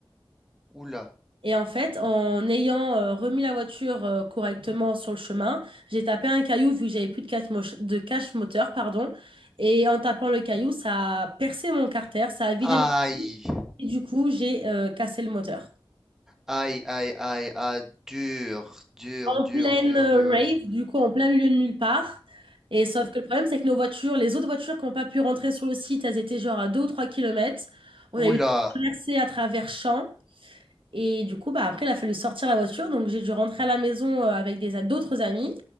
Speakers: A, in the centre; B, on the right (about 70°).
A: Oula.
B: Et en fait, en ayant euh, remis la voiture euh, correctement sur le chemin, j'ai tapé un caillou vu que j'avais plus de cache, mo- de cache moteur, pardon. Et en tapant le caillou, ça a percé mon carter, ça a vidé
A: Aïe.
B: mon caillou. Et du coup, j'ai euh, cassé le moteur.
A: Aïe, aïe, aïe, aïe. Dur, dur,
B: En
A: dur,
B: pleine
A: dur,
B: euh,
A: dur.
B: rave, du coup, en plein milieu de nulle part. Et sauf que le problème, c'est que nos voitures, les autres voitures qui n'ont pas pu rentrer sur le site, elles étaient genre à 2 ou 3 kilomètres. On
A: Oula.
B: a eu traversé à travers champs. Et du coup, bah, après, il a fallu sortir la voiture. Donc, j'ai dû rentrer à la maison euh, avec des d'autres amis.